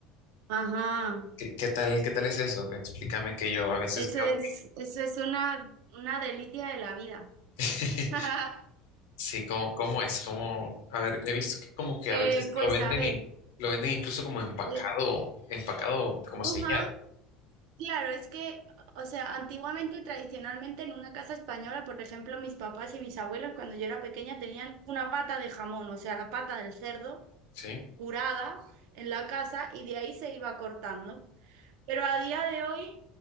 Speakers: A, on the right; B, on the left.
A: Ajá.
B: ¿Qué, qué tal, qué tal es eso? Explícame que yo a veces
A: Eso
B: veo.
A: es, eso es una, una delicia de la vida.
B: <laughs>
A: <laughs>
B: Sí, ¿cómo, cómo es? ¿Cómo? A ver, he visto que como que
A: Eh,
B: a veces
A: pues
B: lo venden
A: a ver,
B: y lo venden incluso como empacado,
A: la-
B: empacado como
A: ajá,
B: sellado.
A: claro, es que, o sea, antiguamente y tradicionalmente en una casa española, por ejemplo, mis papás y mis abuelos cuando yo era pequeña tenían una pata de jamón, o sea, la pata del cerdo
B: Sí,
A: curada en la casa y de ahí se iba cortando. Pero a día de hoy